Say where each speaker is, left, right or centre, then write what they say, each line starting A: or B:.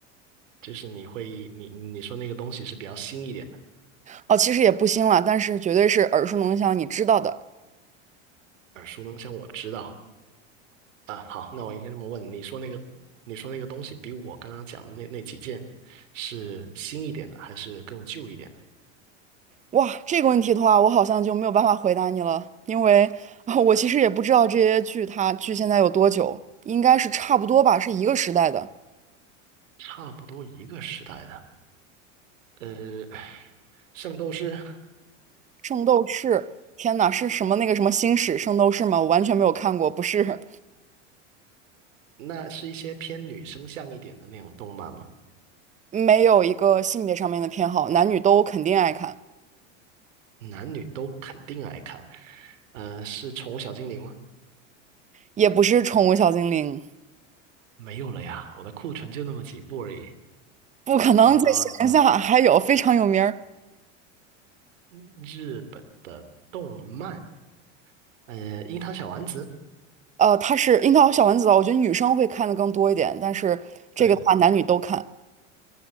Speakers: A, on the right; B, on the right.
A: 就是你会你你说那个东西是比较新一点的，
B: 哦，其实也不新了，但是绝对是耳熟能详，你知道的。
A: 耳熟能详，我知道啊。好，那我应该这么问，你说那个你说那个东西比我刚刚讲的那那几件是新一点的，还是更旧一点的？
B: 哇，这个问题的话，我好像就没有办法回答你了，因为啊，我其实也不知道这些剧它距现在有多久，应该是差不多吧，是一个时代的
A: 差不多一个时代的。呃，圣斗士
B: 《圣斗士》。天呐，是什么那个什么星矢圣斗士吗？我完全没有看过，不是，
A: 那是一些偏女生向一点的那种动漫吗？
B: 没有一个性别上面的偏好，男女都肯定爱看，
A: 男女都肯定爱看。呃，是宠物小精灵吗？
B: 也不是宠物小精灵。
A: 没有了呀，我的库存就那么几部而已。
B: 不可能在闲暇还有非常有名儿，
A: 糟糕了，日本的动漫，呃，樱桃小丸子，
B: 呃，它是樱桃小丸子的，我觉得女生会看的更多一点，但是这个的话男女都看。
A: 对，